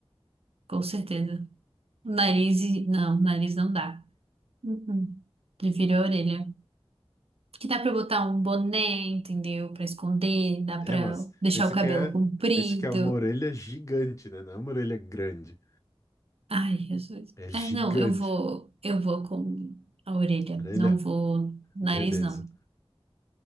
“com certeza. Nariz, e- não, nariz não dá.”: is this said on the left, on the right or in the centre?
Right